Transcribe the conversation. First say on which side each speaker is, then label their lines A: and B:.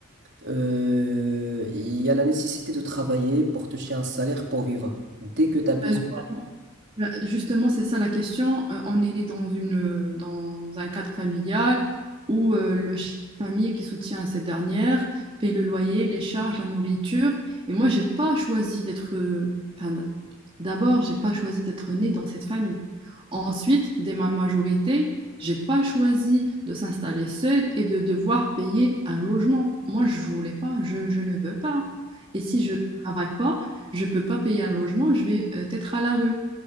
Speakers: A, on the right (about 55°); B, on the right (about 25°).
A: Euh, Il y a la nécessité de travailler pour toucher un salaire pour vivre. Dès que tu as besoin...
B: Ben, Bah, Justement, c'est ça la question. Euh, on est né dans une, euh, dans un cadre familial où euh, le chef de famille qui soutient cette dernière paye le loyer, les charges, la nourriture. Et moi, j'ai pas choisi d'être. euh, Enfin, d- d'abord, j'ai pas choisi d'être né dans cette famille. Ensuite, dès ma majorité, j'ai pas choisi de s'installer seule et de devoir payer un logement. Moi, je voulais pas. Je, je ne veux pas. Et si je travaille pas, je peux pas payer un logement. Je vais euh, être à la rue.